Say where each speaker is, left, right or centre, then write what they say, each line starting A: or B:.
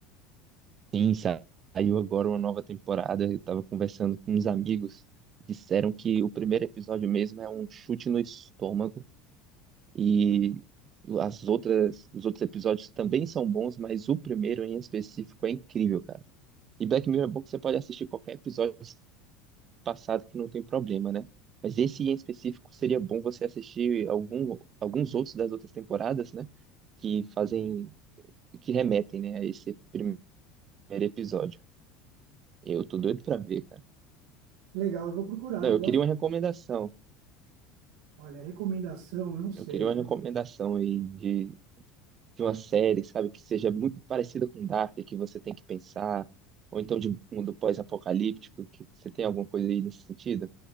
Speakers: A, on the right (about 35°); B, on the right (about 75°).
A: Sim, sa- saiu agora uma nova temporada. Eu estava conversando com uns amigos. Disseram que o primeiro episódio mesmo é um chute no estômago e as outras, os outros episódios também são bons, mas o primeiro em específico é incrível, cara. E Black Mirror é bom que você pode assistir qualquer episódio passado que não tem problema, né? Mas esse em específico seria bom você assistir algum, alguns outros das outras temporadas, né? Que fazem, que remetem, né, a esse primeiro episódio. Eu tô doido pra ver, cara.
B: Legal, eu vou procurar,
A: Não,
B: eu
A: eu
B: gosto.
A: queria uma recomendação.
B: Olha, recomendação, eu não sei.
A: Eu queria uma recomendação aí de, de uma série, sabe, que seja muito parecida com Dark, que você tem que pensar, ou então de um mundo pós-apocalíptico, que você tem alguma coisa aí nesse sentido?